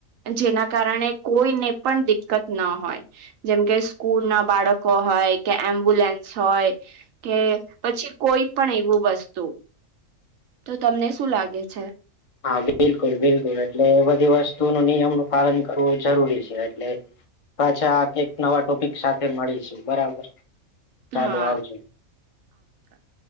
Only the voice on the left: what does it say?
હા બિલકુલ બિલકુલ એટલે બધી વસ્તુ નો નિયમ નો પાલન કરવું જરૂરી છે એટલે પાછા આ એક નવા ટોપિક સાથે મળીશું બરાબર. ચાલુ
આવજો